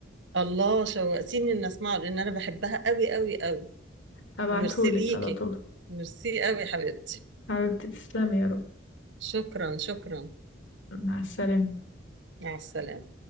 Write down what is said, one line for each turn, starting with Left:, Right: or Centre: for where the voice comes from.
Right: الله شوقتيني ان اسمعه لان انا بحبها قوي قوي قوي
Left: هبعتهولك
Right: وميرسي ليكي
Left: على طول
Right: ميرسي قوي يا حبيبتي
Left: حبيبتي تسلمي يا رب
Right: شكرا شكرا
Left: مع السلامة
Right: مع السلامه